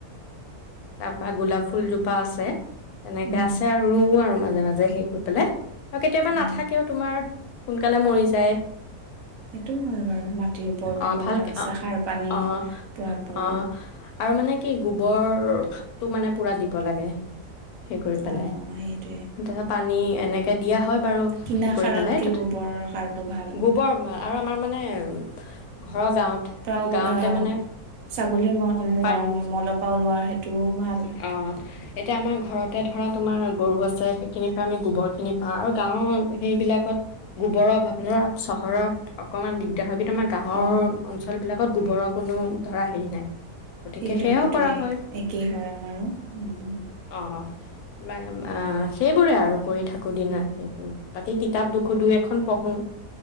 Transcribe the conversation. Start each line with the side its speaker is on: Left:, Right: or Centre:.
Left: তাৰ পৰা গোলাপ ফুলজোপা আছে। তেনেকে
Right: উম
Left: আছে আৰু ৰুও আৰু মই। মাজে - মাজে সেই কৰি পেলাই। আৰু কেতিয়াবা
Right: অ
Left: নাথাকেও তোমাৰ। সোনকালে মৰি যায়।
Right: সেইটো হয় বাৰু। মাটিৰ ওপৰতো
Left: অঁ
Right: কথা।
Left: ভালকে
Right: ছাহ
Left: অঁ
Right: সাৰ পানী,
Left: অঁ
Right: পোৱাৰ ওপৰতো
Left: অঁ আৰু মানে কি গোবৰ, টো মানে পুৰা দিব লাগে সেই কৰি পেলাই,
Right: অ সেইটোৱে
Left: তা পা পানী এনেকে দিয়া হয় বাৰু
Right: কিনা
Left: হে কৰি
Right: সাৰতকে
Left: পেলাই, তথা
Right: গোবৰ সাৰটো ভাল
Left: গোবৰ আৰু আমাৰ মানে উম ঘৰৰ গাঁৱত
Right: উও
Left: গাঁৱতে
Right: অ
Left: মানে
Right: ছাগলীৰ <unintelligible>
Left: পাৰি
Right: মলপা টোও ভাল
Left: অ এতিয়া আমাৰ ঘৰতে ধৰা তোমাৰ, গৰু আছে সেইখিনিৰ পৰা আমি গোবৰ খিনি পাওঁ আৰু গাঁওৰ
Right: উম
Left: সেইবিলাকত গোবৰৰ অভাব ন চহৰত অকমান দিগদাৰ হয় কিন্তু আমাৰ গাঁৱৰ
Right: অ
Left: অঞ্চল বিলাকত গোবৰক কোনো, ধৰা হেৰি নাই গতিকে
Right: সেইটোৱে
Left: সেয়াও
Right: সেইটোৱে
Left: কৰা হয়
Right: একেই হয় আমাৰো, উম উম
Left: অ, বা আ সেইবোৰে আৰু কৰি থাকোঁ দিনৰ বাকী কিতাপ দুখো দুই এখন পঢ়োঁ।